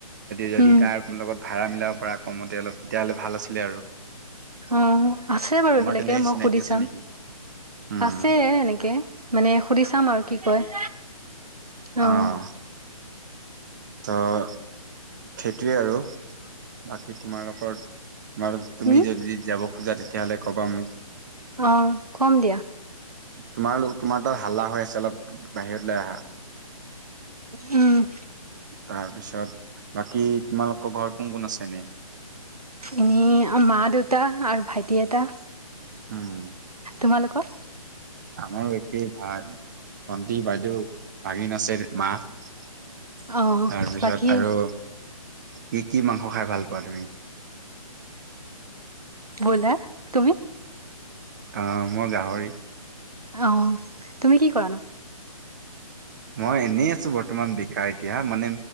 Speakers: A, on the right; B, on the right.
A: যদি
B: উম,
A: তাৰ লগত ভাড়া মিলাব পাৰা কমতে অলপ, তেতিয়া হ'লে ভাল আছিলে আৰু।
B: অহ' আছে বাৰু
A: তোমাৰ
B: এইবিলাকে
A: তেনেকে
B: মই
A: চিনাকি
B: সুধি
A: আছে
B: চাম।
A: নেকি উম
B: আছে এনেকে, মানে সুধি চাম আৰু কি কয়। অ',
A: অহ'। ত' সেইটোয়ে আৰু বাকী তোমালোকৰ, তোমালোক তুমি
B: উম,
A: যদি যাব খোজা তেতিয়া হ'লে কবা মোক।
B: অ', কম দিয়া।
A: তোমাৰ তোমাৰ তাত হাল্লা হৈ আছে অলপ, বাহিৰলৈ আহা।
B: উম'।
A: তাৰপিছত বাকী, তোমালোকৰ ঘৰ কোন কোন আছে এনেই?
B: এনেই মা-দেউতা আৰু ভাইটি এটা।
A: উম'।
B: তোমালোকৰ?
A: আমাৰ একেই ভা-ভণ্টি, বাইদেউ, ভাগিন আছে, মা। তাৰপিছত
B: অ', বাকী
A: আৰু কি কি মাংস খাই ভাল পোৱা তুমি?
B: বইলাৰ। তুমি?
A: অহ' মই গাহৰি।
B: অহ' তুমি কি কৰানো?
A: মই এনেই আছো বৰ্তমান বিকাৰ এতিয়া, মানে